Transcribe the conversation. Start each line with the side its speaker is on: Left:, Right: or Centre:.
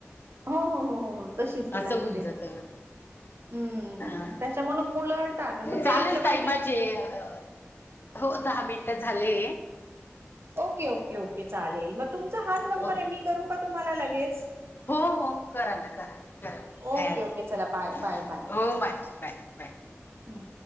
Right: हो हो हो हो हो तशीच लागते.
Left: असं होऊन जात.
Right: हम्म
Left: हा
Right: त्याच्यामुळे मुलंडतात मग त्या
Left: चालेल
Right: हिशोबाने
Left: काही
Right: ते
Left: माझे अ हो दहा मिनटं झाले.
Right: ओके ओके ओके चालेल मग तुमचा हाच नंबर
Left: ओके
Right: आहे, मी करू का तुम्हाला लगेच?
Left: हो हो करा ना करा करा काही
Right: ओके.
Left: हरकत
Right: ओके. चला बाय बाय बाय
Left: नाही हो बाय बाय
Right: हम्